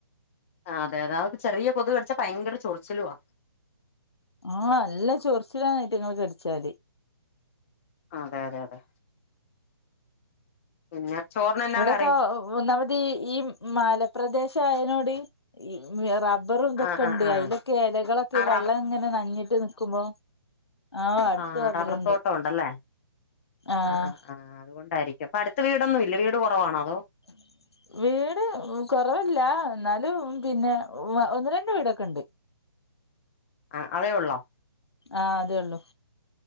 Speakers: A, on the left; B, on the left.
A: ആഹ് അതെയതെ <unintelligible> ചെറിയ കൊത്ക് കടിച്ചാ ഭയങ്കര ചൊറിച്ചിലുവാ
B: ആഹ് നല്ല ചൊറിച്ചിലാണ് ഇതിറ്റിങ്ങള് കടിച്ചാല്
A: അതെ അതെ അതെ പിന്നെ ചോറിനെന്നാ
B: ഇവിടൊക്കെ
A: കറി
B: ഒന്നാമതീ ഈ മലപ്രദേശം ആയനോടീ റബ്ബറും ഇതൊക്കെ
A: ആഹ് ആഹ്
B: ഉണ്ട്.
A: ആഹ്
B: അതിലൊക്കെ ഇലകളൊക്കെ
A: ആഹ്
B: ഈ വെള്ളം ഇങ്ങനെ നനഞ്ഞിട്ട് നിക്കുമ്പോ. ആഹ് അടുത്ത്
A: ആ
B: റബ്ബറുണ്ട്
A: റബർത്തോട്ടം ഉണ്ടല്ലേ.
B: ആഹ്
A: ആ. ആ. ആ അതുകൊണ്ടായിരിക്കും അപ്പം അടുത്ത് വീടൊന്നും ഇല്ലേ? വീട് കുറവാണോ അതോ
B: <inaudible> വീട് കൊറവല്ല, എന്നാലും പിന്നെ ഒന്ന് രണ്ട് വീടൊക്കെ ഉണ്ട്
A: ആ അതേ ഉള്ളോ
B: ആ അതേ ഉള്ളൂ